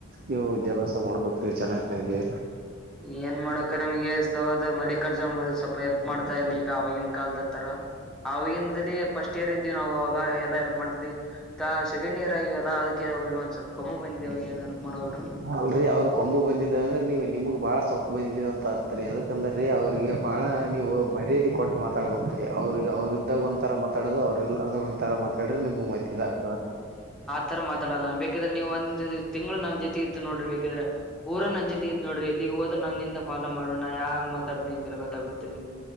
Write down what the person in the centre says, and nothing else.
ಏನ್ ಮಾಡಕ ನಮಗೆ ಎಷ್ಟ ಮಲ್ಲಿಕಾರ್ಜುನ್ ಸ್ವಲ್ಪ ಎಲ್ಪ್ ಮಾಡ್ತಾ ಇಲ್ಲಿ ಈಗ ಆವಾಗಿನ ಕಾಲದತರ. ಅವಗಿಂದಲೇ ಪಸ್ಟ್. ಇಯರ್ ಇದ್ದೀವಿ ನಾವು ಆಗ ಎಲ್ಲಾ ಎಲ್ಪ್ ಮಾಡ್ತಿದ್ವಿ ಸೆಕಂಡ್ ಇಯರ್ ಆಗಿವವಲ್ಲ ಅದಕ್ಕೆ ಅವ್ರಗ ಒಂದ ಸ್ವಲ್ಪ. <unintelligible> ಬಂದಿದವು ಏನ್ ಹೆಲ್ಪ್ ಮಾಡೋವಲ್ರು.
ತರ ಮಾತಾಡಲ್ಲ ಬೇಕಿದ್ರೆ ನೀವು ಒಂದು ತಿಂಗಳು ನನ್ನ ಜೊತೆ ಇದ್ದ ನೋಡ್ರಿ ಬೇಕಿದ್ರೆ ಪುರಾ ನನ್ನ ಜೊತೆ. ನೋಡ್ರಿ ಇಲ್ಲಿ ಹೋದ್ರ ನನ್ನ ಹಿಂದೆ ಫಾಲ್ಲೋ ಮಾಡೋಣ ಯಾಂಗ್ ಮಾತಾಡ್ತನೆ ಹಿಂಗಗೆ ಗೊತ್ತಾಗುತ್ತೆ ನಿಮ್.